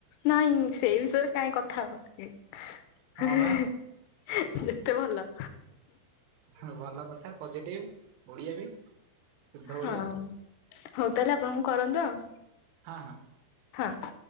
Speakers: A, on the left; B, on the right.
A: ନାଇଁ ସେଇ ବିଷୟରେ କାହିଁ କଥା ହବ କିଏ?
B: ହଁ
A: ହିଁ।
B: ବା
A: ଯେତେ ଭଲ।
B: ହଉ ଭଲ କଥା ପଜିଟିଭ୍ ଓଡ଼ିଆ ବି। ଶୁଦ୍ଧ
A: ହଁ,
B: ଓଡିଆ।
A: ହଉ ତାହେଲେ ଆପଣଙ୍କୁ କରନ୍ତୁ ଆଉ
B: ହଁ ହଁ।
A: ହଁ।